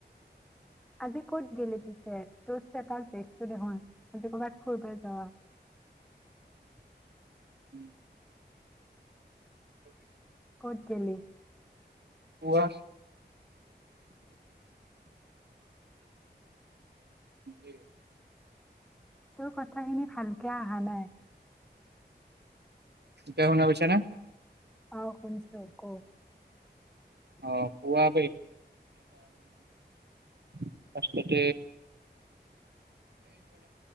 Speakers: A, in the centre; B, on the right.
A: আজি ক'ত গিলি পিছে তষ্ট এল দেখছো দেখোন আজি কৰ'বাত ফুৰিব যোৱা।
B: উম। উম <unintelligible>
A: ক'ত গলা।
B: কোৱা। উ <unintelligible>
A: তোৰ কথাখিনি ভাল। কৈ অহা নাই।
B: এতিয়া শুনি পাইছা নে।
A: অঁ শুনিছ ক।
B: অঁ পোৱা। তাৰ পাছত।